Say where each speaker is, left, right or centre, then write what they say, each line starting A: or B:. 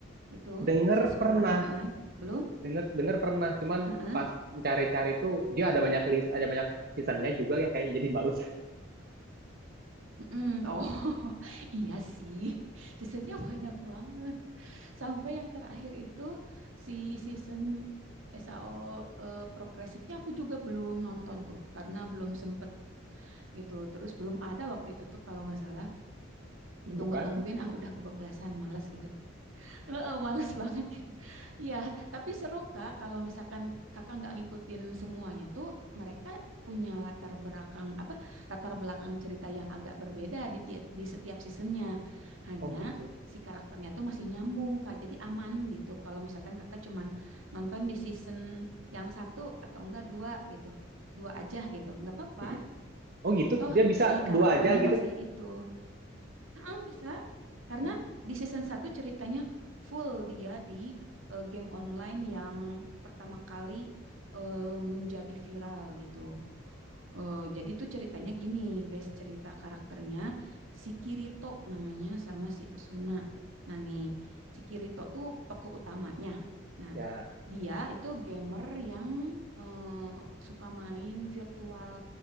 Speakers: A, on the right (about 75°); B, on the right (about 50°).
A: itu
B: Dengar
A: si Sword
B: pernah,
A: Art Online? Belum?
B: dengar dengar pernah. Cuman
A: Heeh.
B: pas cari-cari tuh dia ada banyak list, ada banyak seasonnya juga yang kayaknya jadi malu.
A: Mm-mm. Oh, <laughs> iya sih. Seasonnya banyak banget. Sampai yang terakhir itu si season SAO eh, progresifnya aku juga belum nonton tuh karena belum sempet gitu. Terus belum ada waktu itu tuh kalau nggak salah
B: <laughs>
A: ditunggu-tungguin
B: Bukan?
A: ah udah kebablasan males gitu Heeh, males <laughs> banget gitu ya tapi seru kak kalau misalkan kakak nggak ngikutin semuanya tuh mereka punya latar belakang apa latar belakang cerita yang agak berbeda di ti- di setiap seasonnya hanya
B: Oh gitu.
A: si karakternya tuh masih nyambung kak jadi aman gitu kalau misalkan kakak cuman nonton di season yang satu atau enggak dua gitu dua aja gitu nggak apa-apa
B: Mm-mm. Oh gitu,
A: toh
B: dia bisa
A: si
B: dua
A: karakternya
B: aja gitu.
A: masih itu Mm, bisa karena
B: Hmm.
A: di season satu ceritanya full dia di eh, game online yang pertama kali eh, menjadi viral gitu. Eh, jadi tuh ceritanya gini, base cerita karakternya si Kirito namanya sama si Asuna. Nah nih, si Kirito tuh tokoh utamanya. Nah,
B: Ya,
A: dia itu gamer yang eh, suka main virtual